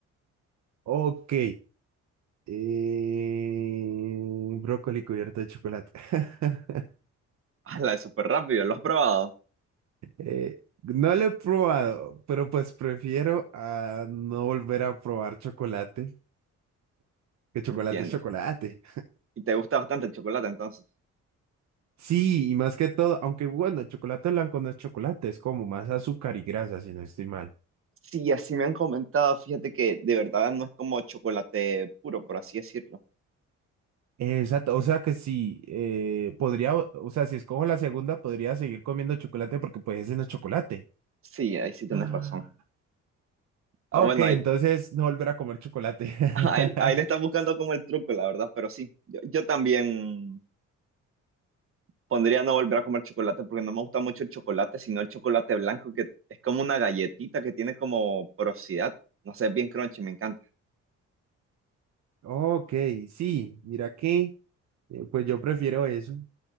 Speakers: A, on the right (about 65°); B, on the right (about 45°).
A: Ok. Eh, brócoli cubierto de chocolate. <laughs>
B: ¡Hala, es súper rápido! ¿Lo has probado?
A: Eh, no lo he probado, pero pues prefiero a no volver a probar chocolate, que chocolate
B: Entiendo.
A: es chocolate.
B: ¿Y te gusta bastante el chocolate entonces?
A: Sí, y más que todo, aunque bueno, el chocolate blanco no es chocolate, es como más azúcar y grasa, si no estoy mal.
B: Sí, así me han comentado, fíjate que de verdad no es como chocolate puro, por así decirlo.
A: Exacto, o sea que sí, eh, podría, o o sea, si escojo la segunda, podría seguir comiendo chocolate porque pues ese no es chocolate.
B: Sí, ahí sí tienes razón.
A: <gasps>
B: Ah,
A: Ah,
B: bueno,
A: ok, entonces
B: ahí,
A: no volver a comer chocolate. <laughs>
B: ahí, ahí le estás buscando como el truco, la verdad, pero sí, yo, yo también pondría no volver a comer chocolate porque no me gusta mucho el chocolate, sino el chocolate blanco, que es como una galletita que tiene como porosidad. No sé, es bien crunchy, me encanta.
A: Ok, sí, mira que, eh, pues yo prefiero eso,